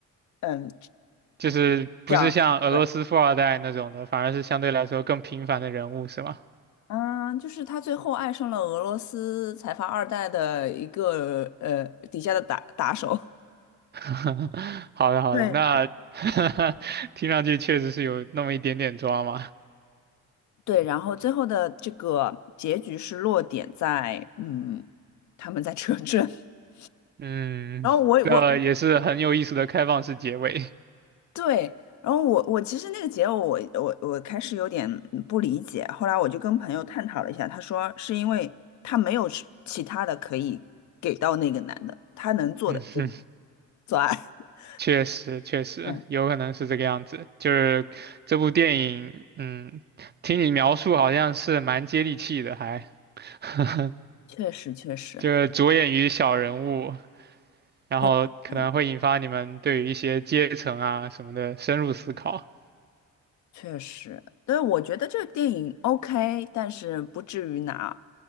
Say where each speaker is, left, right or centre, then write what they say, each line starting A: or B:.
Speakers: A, on the left (about 70°); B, on the right (about 35°).
A: 嗯，
B: 就是不是像俄罗斯富二代那种的，
A: 这样。对。
B: 反而是相对来说更平凡的人物，是吗？
A: 嗯，就是他最后爱上了俄罗斯财阀二代的一个呃底下的打打手。
B: <laughs> 好的，好的，
A: 对，
B: 那 <laughs> 听上去确实是有那么一点点抓嘛。
A: 对，然后最后的这个结局是落点在，嗯，他们在车震。<laughs>
B: 嗯，
A: 然后我我
B: 这也是很有意思的开放式结尾。<laughs>
A: 对，然后我我其实那个结尾我我我开始有点不理解，后来我就跟朋友探讨了一下，他说是因为他没有是其他的可以给到那个男的，他能做的就是
B: 嗯哼
A: 做爱。<laughs>
B: 确实，确实有可能是这个样子。
A: 对，
B: 就是这部电影，嗯，听你描述好像是蛮接地气的，还 <laughs>
A: 确实确实，
B: 就是着眼于小人物，然后可能会引发你们对于一些阶层啊什么的深入思考。
A: 对，对确实，对，我觉得这个电影 OK，但是不至于拿